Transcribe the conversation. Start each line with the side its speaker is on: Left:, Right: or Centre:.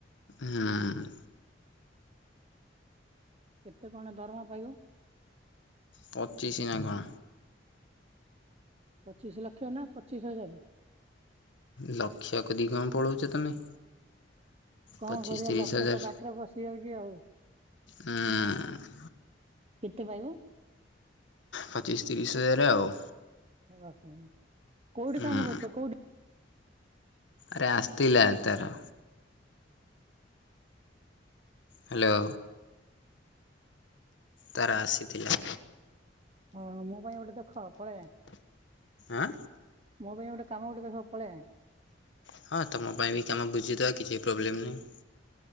Left: ହୁଁ ଉଁ।
Right: କେତେ କଣ ଦରମା ପାଇବ?
Left: ପଚିଶି ନା କଣ?
Right: ପଚିଶ ଲକ୍ଷ ନା ପଚିଶ ହଜାର।
Left: ଲକ୍ଷ କତିକି କଣ ପଳାଉଛ ତମେ?
Right: କଣ
Left: ପଚିଶ
Right: କରିବା
Left: ତିରିଶ
Right: ଲକ୍ଷ
Left: ହଜାର
Right: ତ ପାଟିରେ ପସି ଯାଉଛି ଆଉ।
Left: ହୁଁ।
Right: କେତେ ପାଇବ?
Left: ପଚିଶ ତିରିଶ ହଜାର ଆଉ।
Right: ଓହୋ କୋଉଠି
Left: ହୁଁ
Right: କାମ କରୁଛ କୋଉଠି
Left: ଆରେ ଆସିଥିଲା, ତାର ହ୍ୟାଲୋ। ତାର ଆସିଥିଲା।
Right: ହଁ ମୋ ପାଇଁ ଗୋଟେ ଦେଖ <unintelligible>
Left: ଆଁ
Right: ମୋ ପାଇଁ ଗୋଟେ କାମ ଗୋଟେ ଦେଖ <unintelligible>
Left: ହଁ ତୁମ ପାଇଁ ବି କାମ ବୁଝିଦବା କିଛି ପ୍ରୋବ୍ଲେମ୍ ନାହିଁ।